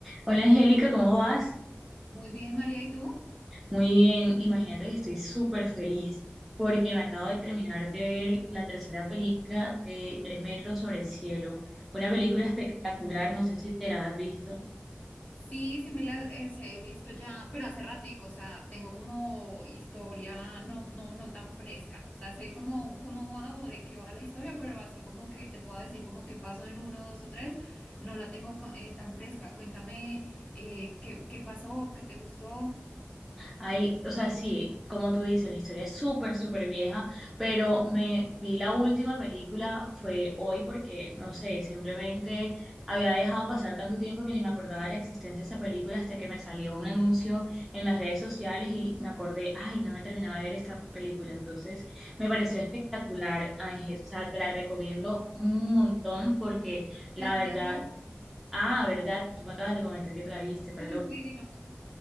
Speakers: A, in the centre; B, on the left.
A: Hola Angélica, ¿cómo vas?
B: Muy bien, María, ¿y tú?
A: Muy bien, imagínate que estoy súper feliz porque me acabo de terminar de ver la tercera película de Tres metros sobre el cielo. Una película espectacular, no sé si te la has visto.
B: Sí, sí me las he visto ya, pero hace ratico, o sea, tengo como historia no, no, no tan fresca. O sea, sé cómo, cómo va o de qué va la historia, pero así como que te puedo decir como qué pasó en uno, dos o tres, no la tengo co- eh, tan fresca. Cuéntame eh, qué, qué pasó, qué te gustó,
A: Hay, o sea, sí, como tú dices, la historia es súper, súper vieja, pero me vi la última película fue hoy porque, no sé, simplemente había dejado pasar tanto tiempo que ni me acordaba de la existencia de esa película hasta que me salió un anuncio en las redes sociales y me acordé, ay, no me terminaba de ver esta película. Entonces, me pareció espectacular, Ángel. O sea, te la recomiendo un montón porque la
B: de dónde
A: verdad,
B: la viste.
A: ah, verdad, tú me acabas de comentar que te la viste, perdón.
B: <laughs> Sí, no, bueno.